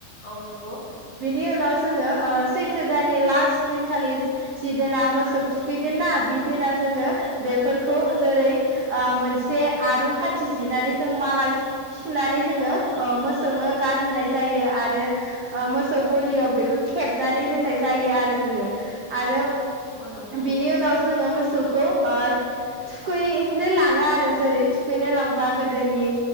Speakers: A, on the left; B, on the right.
A: औ नोंगौ।
B: नि उनाव जोङो ओ सैथो दाननि लास दिनखालि जिदिना मोसौ थुखैगोन ना बि दिना जोङो बेफोरखौ जेरै ओ मोनसे आरुं खाथि जिनानै जों माला सुनानै जोङो ओ मोसौनो गानहोनाय जायो आरो मोसौ गलियाव बेखौ थेबनानै दोननाय जायो आरो जोङो आरो।
A: औ नंगौ
B: बिनि उनाव जोङो मोसौखौ। ओ थुखैनो लाङो आरो जेरै थुखैनो लांबा गोदोनि।